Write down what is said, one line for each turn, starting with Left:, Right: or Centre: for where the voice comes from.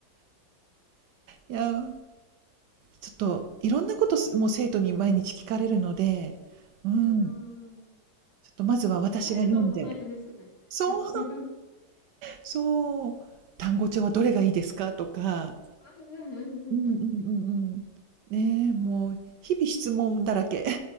Right: いやー、ちょっといろんなことすもう生徒に毎日聞かれるので、うん、
Left: うーん。
Right: ちょっとまずは私が読んで
Left: 答える側も大変ですよね。
Right: そう、
Left: <laughs> うん
Right: そう、単語帳はどれがいいですかとか、
Left: うんうんうんうん
Right: うんうんうんうん。ねえ、もう日々質問だらけ。
Left: いや、